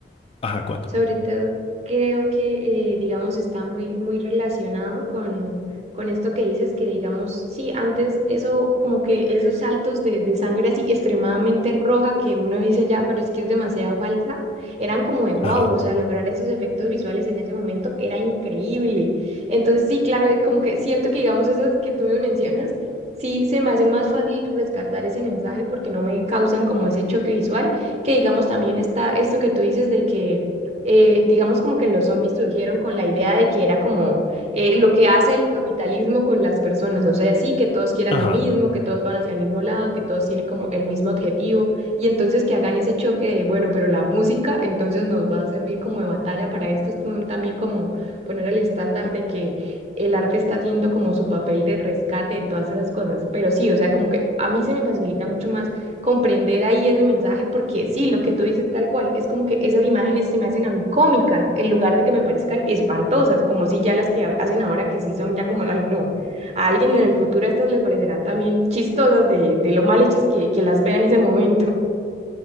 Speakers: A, on the left (about 30°); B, on the right (about 35°).
A: Ajá, cuéntame.
B: Sobre todo, creo que, eh, digamos, está muy, muy relacionado con, con esto que dices, que digamos, sí, antes eso, como que esos saltos de, de sangre así extremadamente roja que uno dice ya, pero es que es demasiado falsa, eran como de
A: Ajá,
B: wow o sea, lograr esos efectos visuales en ese momento era increíble. Entonces, sí, claro, eh, como que siento que, digamos, esas que tú me mencionas, sí, se me hace más fácil rescatar ese mensaje porque no me causan como ese choque visual, que digamos también está esto que tú dices de que eh, digamos como que los zombies surgieron con la idea de que era como eh, lo que hace el capitalismo con las personas, o sea, sí, que todos quieran
A: ajá.
B: lo mismo, que todos van hacia el mismo lado, que todos tienen como el mismo objetivo, y entonces que hagan ese choque de, bueno, pero la música entonces nos va a servir como de batalla para esto, es como también como poner el estándar de que el arte está haciendo como su papel de rescate de todas esas cosas, pero sí, o sea, como que a mí se me facilita mucho más comprender ahí ese mensaje, porque sí, lo que tú dices tal cual, es como que esas imágenes se me hacen a mí cómicas, en lugar de que me parezcan espantosas, como si ya las que ha- hacen ahora que sí son ya como, ay no, a alguien en el futuro estas les parecerán también chistosas de, de lo mal hechas que, que las vea en ese momento.